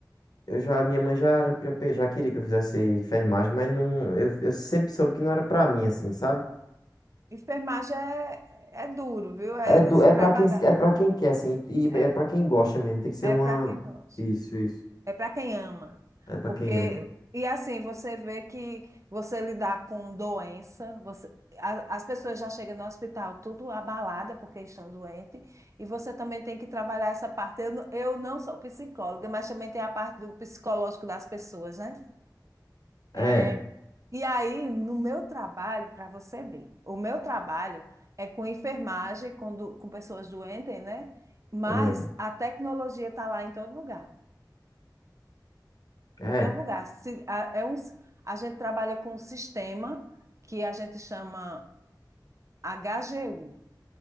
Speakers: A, on the left (about 60°); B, on the right (about 45°).
A: eu já, minha mãe já, já, já pe- já queria que eu fizesse enfermagem, mas não, eu, eu sempre soube que não era pra mim, assim, sabe?
B: enfermagem é, é duro, viu? É
A: É, do,
B: de se
A: é
B: trabalhar.
A: pra quem, é pra quem quer, assim, e
B: É,
A: é pra quem gosta mesmo, tem que ser
B: é
A: uma...
B: para quem gosta.
A: Isso, isso.
B: É para quem ama.
A: É pra
B: Porque,
A: quem ama.
B: e assim, você vê que você lidar com doença, você, a- as pessoas já chegam no hospital tudo abalada porque estão doentes, e você também tem que trabalhar essa parte. Eu, não- eu não sou psicóloga, mas também tem a parte do psicológico das pessoas, né?
A: É,
B: É, e aí, no meu trabalho, para você ver, o meu trabalho é com enfermagem, com, do- com pessoas doentes, né? Mas
A: hum,
B: a tecnologia está lá em todo lugar.
A: é,
B: Em todo lugar. Se- a- é um, a gente trabalha com um sistema que a gente chama HGU,